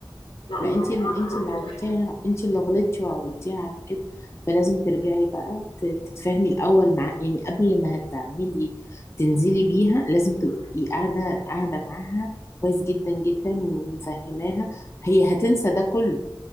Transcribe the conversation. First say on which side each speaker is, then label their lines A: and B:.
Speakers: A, on the left (about 85°); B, on the left (about 35°).
A: لا الموضوع
B: ما انت ال- انت اللي
A: ده
B: عودتيها
A: رخم
B: انت اللي غلطتي وعودتيها على كده فلازم ترجعي بقى ت- تتفاهمي الاول مع يعني قبل ما هتعملي تنزلي بيها لازم تبقي
A: مم.
B: قاعدة قاعدة معاها كويس جدا جدا ومفهماها هي هتنسى ده كله